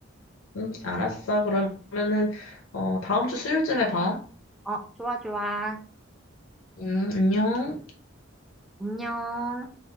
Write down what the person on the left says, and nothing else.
응. 알았어. 그러면은, 어, 다음 주 수요일쯤에 봐.
응, 안녕.